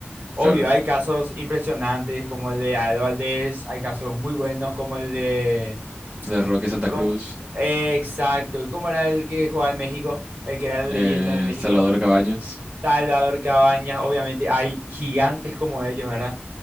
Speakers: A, on the right; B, on the right.
A: Obvio,
B: Claro.
A: hay casos impresionantes como el de Aedo Valdés, hay casos muy buenos como el de...
B: de Roque Santa
A: como-
B: Cruz,
A: eh, exacto, ¿cómo era el que jugaba en México? El que era la
B: eh,
A: leyenda de México.
B: Salvador Cabañas,
A: Salvador Cabañas, obviamente hay gigantes como ellos, ¿verdad?